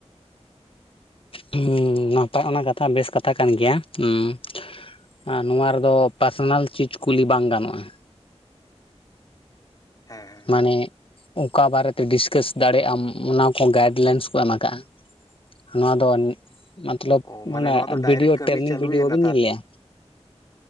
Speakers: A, on the left (about 50°); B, on the left (about 35°).
A: ᱦᱩᱻᱸ ᱱᱟᱯᱟᱭ ᱚᱱᱟ ᱠᱟᱛᱷᱟ ᱵᱮᱥ ᱠᱟᱛᱷᱟ ᱠᱟᱱ ᱜᱮᱭᱟ ᱦᱩᱸᱻ ᱟᱨ ᱱᱚᱣᱟ ᱨᱮᱫᱚ ᱯᱟᱨᱥᱚᱱᱟᱞ ᱪᱤᱡᱽ ᱠᱩᱞᱤ ᱵᱟᱝ ᱜᱟᱱᱚᱜᱼᱟ᱾
B: ᱦᱮᱸᱮ
A: ᱢᱟᱱᱮ ᱚᱠᱟ ᱵᱟᱨᱮᱛᱮ ᱰᱤᱥᱠᱟᱥ ᱫᱟᱲᱮᱭᱟᱜ ᱟᱢ ᱚᱱᱟ ᱠᱚ ᱜᱟᱭᱤᱰ ᱞᱟᱭᱤᱱᱥ ᱠᱚ ᱮᱢ ᱟᱠᱟᱫᱼᱟ ᱱᱚᱣᱟ ᱫᱚ ᱢᱚᱛᱞᱚᱵ
B: ᱚ
A: ᱢᱟᱱᱮ
B: ᱱᱚᱣᱟ ᱫᱚ
A: ᱵᱷᱤᱰᱭᱳ
B: ᱰᱟᱭᱨᱮᱠᱴ ᱠᱟᱹᱢᱤ
A: ᱴᱨᱮᱱᱤᱝ
B: ᱪᱟᱹᱞᱩᱭᱮᱱᱟ
A: ᱵᱷᱤᱰᱭᱳ ᱵᱟᱵᱤᱱ ᱧᱮᱞ ᱞᱮᱫ-ᱟ